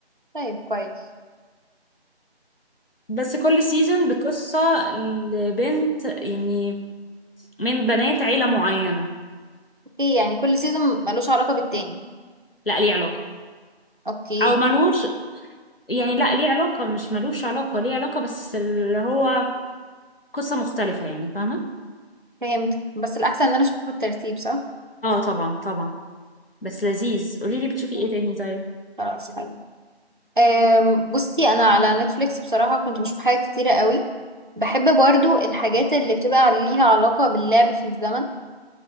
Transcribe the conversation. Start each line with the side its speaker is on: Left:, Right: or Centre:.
Right: طيب كويس
Left: بس كل سيزون بقصة لبنت يعني من بنات عيلة معينة
Right: اوكي يعني كل سيزون ملوش علاقة بالتاني
Left: لا ليه علاقة
Right: اوكي
Left: او ملوش يعني لا ليه علاقة مش ملوش علاقة ليه علاقة بس اللي هو قصة مختلفة يعني فاهمة
Right: فهمت بس الأحسن إن أنا أشوفه بالترتيب صح؟
Left: اه طبعا طبعا بس لذيذ قولي لي بتشوفي ايه تاني طيب
Right: خلاص حلو أم، بصي أنا على نتفليكس بصراحة كنت بشوف حاجات كتيرة قوي بحب برضو الحاجات اللي بتبقى ليها علاقة باللعب في الزمن